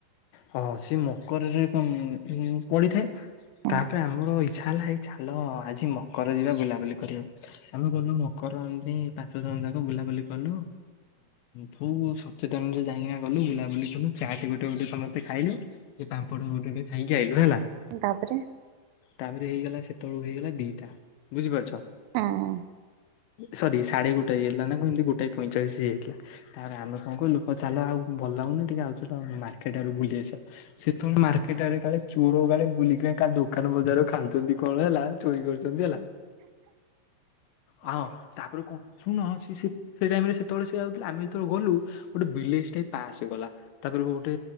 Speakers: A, on the left (about 85°); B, on the right (about 90°).
A: ହଁ ସେ ମକରରେ <inaudible> ପଡି
B: ହୁଁ
A: ତାପରେ ଆମର ଇଚ୍ଛା ହେଲା ଚାଲ ଆଜି ମକର ଯିବା ବୁଲାବୁଲି କରିବାକୁ। ଆମେ ଗଲୁ ମକର ଏମତି ପାଞ୍ଚ ଜଣ ଯାକ ବୁଲାବୁଲି କଲୁ। ହୁଁ ବୁ ସଚେତନରେ ଯାଇକି ଗଲୁ ବୁଲାବୁଲି କଲୁ ଚାଟ ଗୋଟେ ଗୋଟେ ସମସ୍ତେ ଖାଇଲୁ। ସେ ପାମ୍ପଡ ମୁଣ୍ଡ ଟ ଖାଇକି ଆଇଲୁ ହେଲା।
B: ତାପରେ
A: ତାପରେ ହେଇଗଲା ସେତେବେଳକୁ ହେଇଗଲା ଦିଟା ବୁଝିପାରୁଚ?
B: ହଁ।
A: ସରି ସାଢେ ଗୋଟେ ହେଇାଇଲା ନା କେମିତି ଗୋଟାଏ ପଇଁଚାଳିଶ ହେଇଯାଇଥିଲା ତାପରେ ଆମେ କଣ କଲୁ ହଉ ଚାଲ ଆଉ ଭଲ ଲାଗୁନି ଟିକେ ଆଉ ଚାଲ ମାର୍କେଟ ଆ ବୁଲି ଆସିବା। ସେ ତ ମାର୍କେଟ ଆଡେ କାଳେ ଚୋର ଗୁରା ବୁଲିକି କା ଦୋକାନଜାର ଖାଉଛନ୍ତି କଣ ହେଲା। ଚୋରି କରୁଛନ୍ତି ହେଲା, ହଁ ତାପରେ କଣ ଶୁଣ ସ ସେ ଟାଇମ ରେ ସେତେବେଳେ <unintelligible> ଆମେ ଯେତେବେଳେ ଗଲୁ ଗୋଟେ ବିଲେଇ ଟେ ପାସ୍ କଲା। ତାପରେ ଗୋଟେ